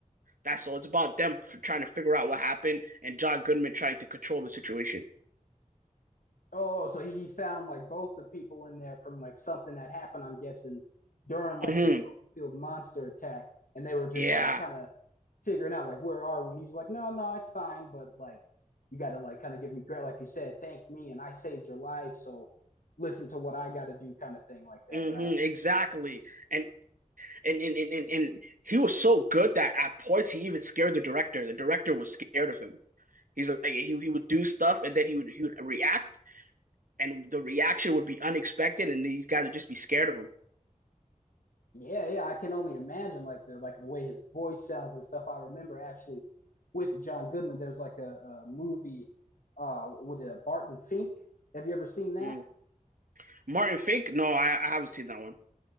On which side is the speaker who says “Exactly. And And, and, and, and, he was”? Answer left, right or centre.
Right